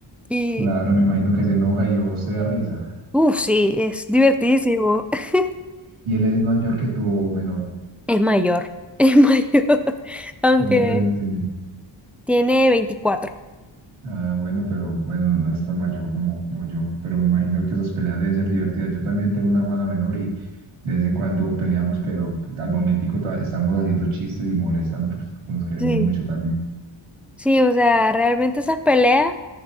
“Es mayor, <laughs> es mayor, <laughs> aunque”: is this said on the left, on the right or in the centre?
Centre